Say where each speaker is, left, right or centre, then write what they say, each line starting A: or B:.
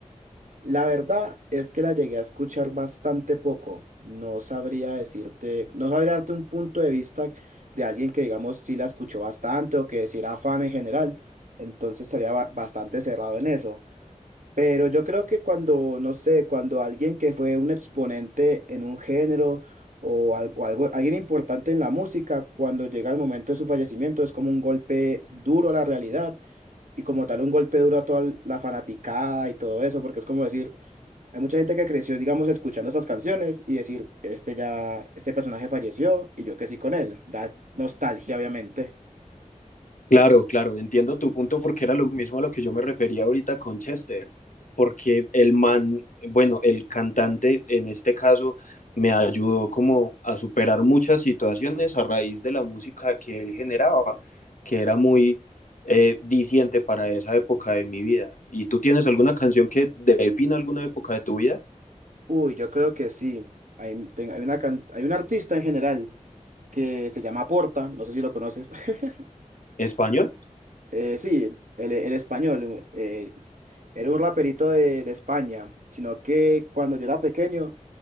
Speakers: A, on the right; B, on the left.
A: La verdad es que la llegué a escuchar bastante poco. No sabría decirte, no sabría darte un punto de vista de alguien que, digamos, sí la escuchó bastante o que sí era fan en general. Entonces estaría ba- bastante cerrado en eso. Pero yo creo que cuando, no sé, cuando alguien que fue un exponente en un género o, al- o algo, alguien importante en la música, cuando llega el momento de su fallecimiento, es como un golpe duro a la realidad y como tal un golpe duro a toda la fanaticada y todo eso, porque es como decir, hay mucha gente que creció, digamos, escuchando estas canciones y decir, este ya, este personaje falleció y yo crecí con él. Da nostalgia, obviamente.
B: Claro, claro, entiendo tu punto porque era lo mismo a lo que yo me refería ahorita con Chester, porque el man, bueno, el cantante en este caso me ayudó como a superar muchas situaciones a raíz de la música que él generaba, que era muy eh, diciente para esa época de mi vida. ¿Y tú tienes alguna canción que defina alguna época de tu vida?
A: Uy, yo creo que sí. Hay, ten- hay una, can- hay un artista en general. que se llama Porta, no sé si lo conoces. <laughs>
B: ¿Español?
A: Eh, sí, el, el español, eh, era un raperito de, de España, sino que cuando yo era pequeño,